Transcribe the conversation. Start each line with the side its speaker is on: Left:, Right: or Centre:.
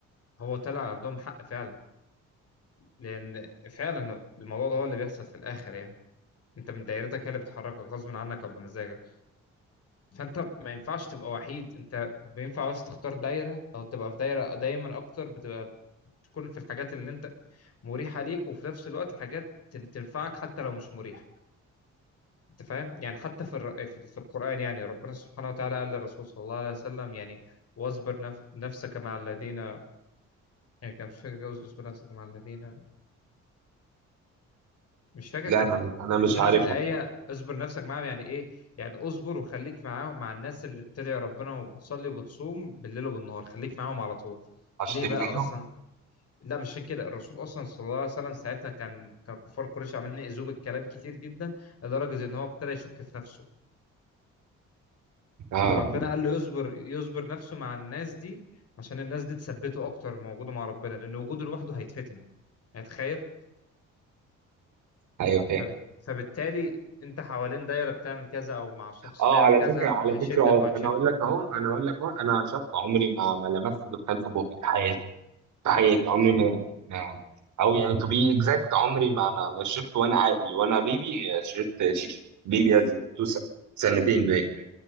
Left: هو طلع عندهم حق فعلا لان فعلا الموضوع ده هو اللي بيحصل في الاخر يعني انت من دايرتك هي اللي بتحركك غصب عنك او بمزاجك فانت ما ينفعش تبقى وحيد انت بينفع بس تختار دايره او تبقى في دايره دايما اكتر بتبقى بتكون في الحاجات اللي انت مريحه ليك وفي نفس الوقت حاجات تن- تنفعك حتى لو مش مريحه انت فاهم يعني حتى في الر- في في القران يعني ربنا سبحانه وتعالى قال للرسول صلى الله عليه وسلم يعني واصبر نف- نفسك مع الذين يعني كان مش فاكر اصبر نفسك مع الذين مش فاكر
Right: لا
Left: كانت
Right: انا
Left: ال-
Right: انا مش
Left: تكملة
Right: عارفها
Left: الآية
Right: بصراحة.
Left: اصبر نفسك معاهم يعني إيه؟ يعني اصبر وخليك معاهم مع الناس اللي بتدعي ربنا وبتصلي وبتصوم بالليل وبالنهار خليك معاهم على طول
Right: عشان
Left: ليه بقى
Right: تبقى زيهم
Left: أصلا؟ لا مش عشان كده الرسول أصلا صلى الله عليه وسلم ساعتها كان كان كفار قريش عمالين يأذوه بالكلام كتير جدا لدرجة إن هو ابتدى يشك في نفسه
Right: اه
Left: فربنا قال له يصبر يصبر نفسه مع الناس دي عشان الناس دي تثبته أكتر من وجوده مع ربنا لأن وجوده لوحده هيتفتن يعني تخيل
Right: ايوه فاهم
Left: فبت... فبالتالي انت حوالين دايره بتعمل كذا او مع شخص
Right: اه
Left: بيعمل
Right: على
Left: كذا
Right: فكره على
Left: هيشدك
Right: فكره اه
Left: وهتشده
Right: انا اقول لك اهو انا اقول لك اهو انا شخص عمري ما ما لمست دخان في بقي في حياتي. ده حقيقي عمري ما ما- او يعني to be exact عمري ما ما, ما شربت وانا عاقل وانا بيبي شربت شيشه بيبي از إن تو سن- سنتين باين